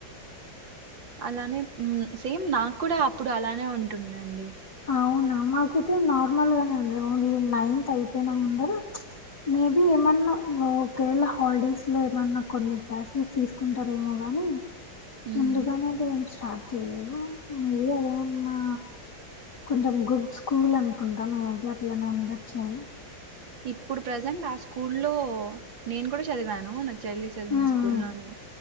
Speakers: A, on the right; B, on the left.
A: అలానే హ్మ్మ్ సేమ్ నాకు కూడా అప్పుడు అలానే ఉంటుండే అండి
B: అవునా మాకైతే నార్మల్ గానే ఉంది ఓన్లీ నైన్త్ అయిపోయిన ముందర మేబి ఏమన్నా ఒకేవళ హాలిడేస్ లో ఏమన్నా కొన్ని క్లాసెస్ తీసుకుంటారేమో గాని
A: ఉమ్.
B: ముందుగానేది ఏం స్టార్ట్ తెలియదు మేబి అదేమన్నా కొంచెం గుడ్ స్కూల్ అనుకో ఉంటాను అట్లట్లనే ఉండొచ్చు ఏమో
A: ఇప్పుడు ప్రజెంట్ ఆ స్కూల్లో నేను కూడా చదివాను నా చెల్లి చదివిన
B: మ్మ్
A: స్కూల్ లోనే